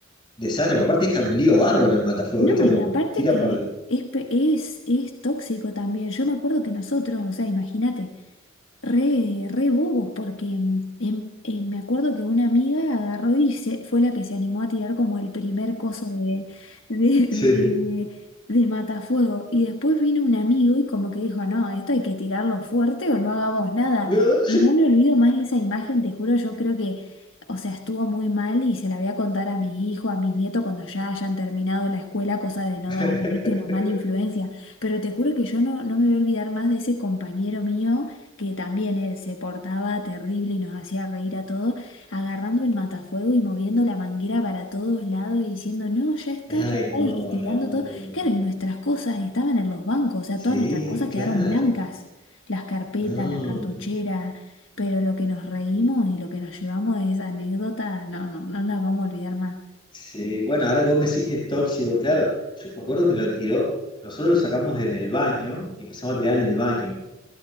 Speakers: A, on the left; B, on the left.
A: desastre, porque aparte es un lío bárbaro el matafuegos,
B: No,
A: viste, como
B: y aparte
A: tira
B: que
A: para...
B: es, pe- es, es tóxico también. Yo me acuerdo que nosotros, o sea, imagínate. Re, re bobos, porque mm, em- eh, me acuerdo que una amiga agarró y se, fue la que se animó a tirar como el primer coso de, <laughs> de, de,
A: Sí.
B: de matafuego. Y después vino un amigo y como que dijo, no, esto hay que tirarlo fuerte o no hagamos nada.
A: No.
B: Y no me olvido más esa imagen, te juro, yo creo que, o sea, estuvo muy mal y se la voy a contar a mis hijos, a mis nietos cuando ya hayan terminado la escuela, cosa de no
A: <laughs>
B: darles, viste, una mala influencia. Pero te juro que yo no, no me voy a olvidar más de ese compañero mío que también él se portaba terrible y nos hacía reír a todos, agarrando el matafuego y moviendo la manguera para todos lados y diciendo, no, ya está,
A: Ay,
B: ya está,
A: no,
B: y, y tirando
A: no,
B: todo.
A: no, no.
B: Claro, y nuestras cosas estaban en los bancos, o sea,
A: Sí,
B: todas nuestras cosas quedaron
A: claro.
B: blancas, las carpetas,
A: No.
B: la cartuchera, pero lo que nos reímos y lo que nos llevamos de esa anécdota, no, no, no las vamos a olvidar más.
A: Sí, bueno, ahora que vos que es tóxico, claro. Yo me acuerdo me lo tiró, nosotros lo sacamos en el baño y empezamos a tirar en el baño.